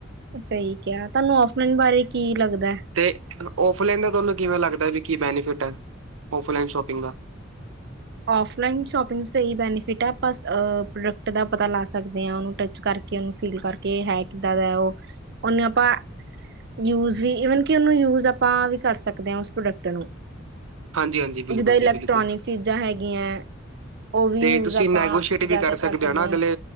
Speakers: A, on the right; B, on the right.
A: ਸਹੀ ਕਿਹਾ ਤੁਹਾਨੂੰ ਓਫਲਾਈਨ ਬਾਰੇ ਕੀ ਲੱਗਦਾ
B: ਅਤੇ ਔਫਲਾਈਨ ਦਾ ਤੁਹਾਨੂੰ ਕਿਵੇਂ ਲੱਗਦਾ ਵੀ ਕੀ ਬੈਨੀਫਿਟ ਹੈ ਔਫਲਾਈਨ ਸ਼ੋਪਿੰਗ ਦਾ
A: ਫਲਾਈਨ ਸ਼ੋਪਿੰਗ ਤਾਂ ਇਹੀ ਬੈਨੀਫਿਟ ਹੈ ਆਪ ਪ੍ਰੋਕਟ ਪ੍ਰੋਡਕਟ ਦਾ ਪਤਾ ਲਾ ਸਕਦੇ ਆ ਉਹ ਓਨੂੰ ਟੱਚ ਕਰਕੇ ਉਹਨੂੰ ਫੀਲ ਕਰਕੇ ਹੈ ਕਿੱਦਾਂ ਦਾ ਉਹ ਉਹਨੂੰ ਆਪਾਂ ਯੂਜ ਵੀ ਵਨ ਕਿ ਉਹਨੂੰ ਯੂਜ ਆਪਾਂ ਵੀ ਕਰ ਸਕਦੇ ਹਾਂ ਉਸ ਪ੍ਰੋਡਕਟ ਨੂੰ
B: ਹਾਂਜੀ ਹਾਂਜੀ ਬਿਲਕੁਲ
A: ਜਿੱਦਾਂ ਇਲੈਕਟ੍ਰੋਨਿਕ
B: ਜੀ ਬਿਲਕੁਲ
A: ਚੀਜ਼ਾਂ ਹੈਗੀਆਂ ਉਹ ਵੀ
B: ਤੇ
A: ਯੂਜ
B: ਤੁਸੀਂ
A: ਆਪਾਂ
B: ਨੈਗੋਸ਼ੀਏਟ ਵੀ
A: ਜ਼ਿਆਦਾਤਰ
B: ਕਰ ਸਕਦੇ ਹੋ ਨਾ ਅਗਲੇ
A: ਹਾਂ